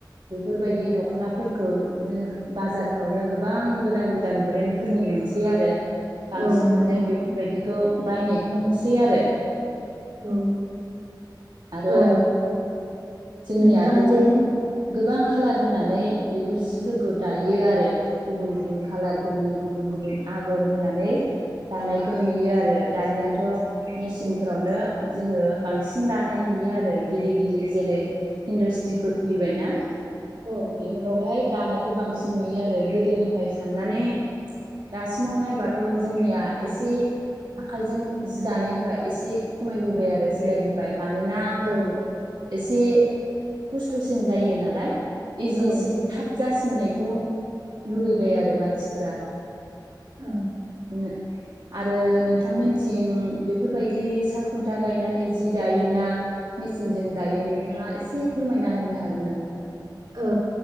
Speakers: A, on the right (about 70°); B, on the right (about 85°).
A: बेफोर बायदि दखनाफोरखौ जों बाजारफ्रावनो गोबां गोदान गोदान ब्रेन्डफोरनि मोनसै आरो बांसिनानो
B: औ नंगौ नोंथां
A: बेफोरबायदिखौ बायनायखौ नुसै आरो
B: औ
A: आरो
B: ओ
A: जोंनिया
B: नोंथाङा
A: गोबां
B: जे
A: गोबां खालार होनानै बेफोर जिफोरखौ दायो आरो गुबुन गुबुन कालार फोरनि गुबुन गुबुन आगर होनानै दानायखौ नुयो आर आरो दानियाथ मेसिनफ्रावनो जोङो बांसिन दानाय नुयो आरो गिदिर गिदिर जेरै इन्दास्ट्रिफोर खुलिबायना?
B: औ नंगौ
A: बेफोरावहाय दानायखौ बांसिन नुयो आरो गोदोनि फाय साननानै दासि सिमाव नायबाथ जोंनिया एसे आखाइजों जि दानायफ्रा एसे खमायबोबाय आरो सोलायबोबाय। मानोना
B: औ
A: एसे खस्थसिन जायो नालाय। इजिसिन
B: औ
A: थाब जासि फिनायखौ लुबैबाय आरो मानसिफ्रा
B: औ
A: नो आरो नोंथांमोनथिं बेफोरबायदि सालखुन्था गायनानै जि दायोना मेचिनजों दायो नोंथाङा एसे फोरमायना होनो हागोन नामा?
B: ओ